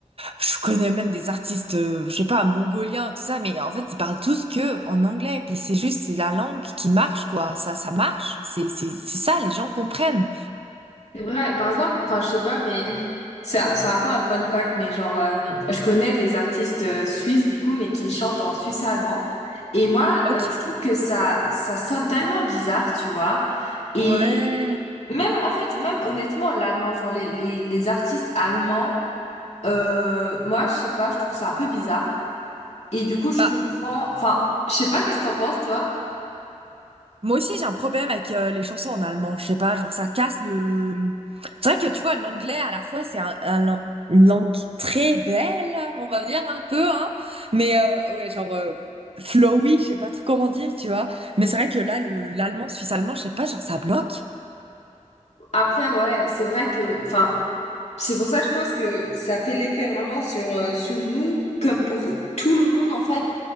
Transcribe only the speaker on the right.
je connais même des artistes, euh, je sais pas, mongoliens, tout ça, mais en fait, ils parlent tous que en anglais. Puis c'est juste, c'est la langue qui marche, quoi. Ça, ça marche. C'est, c'est, c'est ça, les gens comprennent.
Ok.
Ouais.
Bah,
Moi aussi, j'ai un problème avec euh, les chansons en allemand. Je sais pas, genre ça casse le. C'est vrai que tu vois, l'anglais à la fois c'est un, un lang- une langue très belle, on va dire un peu, hein. Mais euh, ouais, genre euh, flowy, je sais pas trop comment dire, tu vois. Mais c'est vrai que là, le l'allemand suisse-allemand, je sais pas, genre ça bloque.